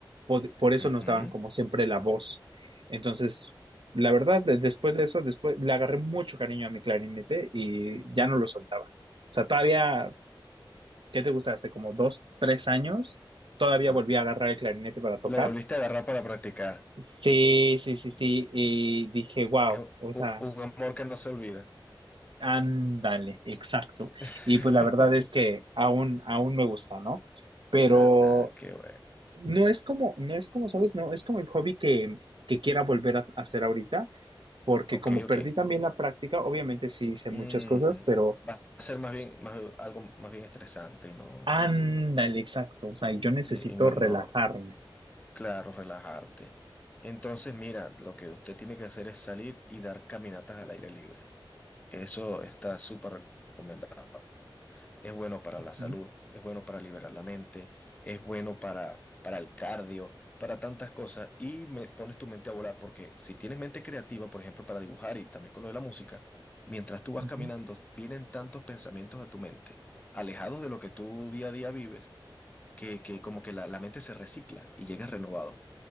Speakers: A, on the right; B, on the left.
A: por, por eso
B: ujú,
A: nos daban como siempre la voz. Entonces, la verdad, de- después de eso, después le agarré mucho cariño a mi clarinete y ya no lo soltaba. O sea, todavía, ¿qué te gusta? Hace como dos, tres años, todavía
B: ajá.
A: volví a agarrar el clarinete para tocar
B: Lo volviste a agarrar para practicar.
A: Sí, sí, sí, sí. Y dije, wow,
B: Es u-
A: o sea,
B: u- un amor que no se olvida.
A: ándale, exacto.
B: <laughs>
A: Y pues la verdad es que aún, aún me gusta, ¿no? Pero
B: Ah, qué bueno.
A: no es como, no es como, ¿sabes? No, es como el hobby que, que quiera volver a hacer ahorita, porque
B: Ok,
A: como
B: ok.
A: perdí también la práctica, obviamente sí hice
B: ujú.
A: muchas cosas, pero
B: Va a ser más bien, más, algo más bien estresante y no,
A: ándale, exacto. O sea, yo necesito
B: sí, y no,
A: relajarme.
B: no, claro, relajarte. Entonces, mira, lo que usted tiene que hacer es salir y dar caminatas al aire libre. Eso está súper recomendado. es bueno para la salud,
A: ¿sí?
B: es bueno para liberar la mente, es bueno para, para el cardio, para tantas cosas y me pones tu mente a volar porque si tienes mente creativa, por ejemplo, para dibujar y también con lo de la música, mientras tú vas
A: Ujú.
B: caminando, vienen tantos pensamientos a tu mente, alejados de lo que tú día a día vives, que, que como que la, la mente se recicla y llegas renovado.